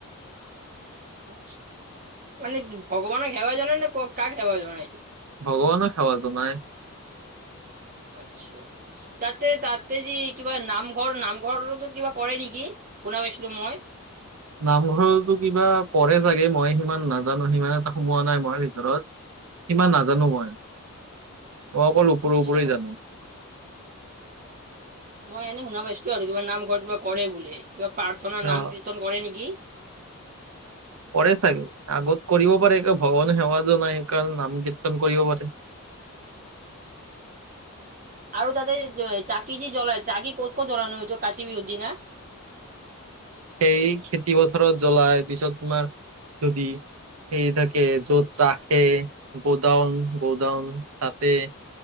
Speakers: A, on the right; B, on the right.
A: <inaudible> আচ্ছা, মানে ভগৱানক সেৱা জনাই নে কক কাক সেৱা জনাই?
B: ভগৱানক সেৱা জনাই।
A: আচ্ছা, তাতে তাতে যি কিবা নামঘৰ নামঘৰতো কিবা কৰে নেকি? শুনা পাইছিলো মই।
B: নামঘৰটো কিবা পঢ়ে চাগে মই সিমান নাজানো, সিমান এটা সোমোৱা নাই মই ভিতৰত। সিমান নাজানো মই, মই অকল ওপৰে
A: আচ্ছা
B: ওপৰে জানো।
A: মই এনে শুনা পাইছিলো আৰু কিবা নামঘৰ কিবা কৰে বুলি, কিবা প্ৰাৰ্থনা নাম
B: অ
A: কীৰ্তন কৰে নেকি?
B: কৰে চাগে, আগত কৰিব পাৰে ভগৱান সেৱা জনাই সেইকাৰণে নাম কীৰ্তন কৰিব পাৰে।
A: <inaudible> আৰু তাতে চাকি যি জ্বলাই চাকি ক'ত কত' জ্বলাই কাতি বিহু দিনা?
B: সেই খেতি
A: কি
B: পথাৰত জ্বলাই, পিছত তোমাৰ যদি সেই থাকে য'ত ৰাখে গদাউন গদাউন তাতে।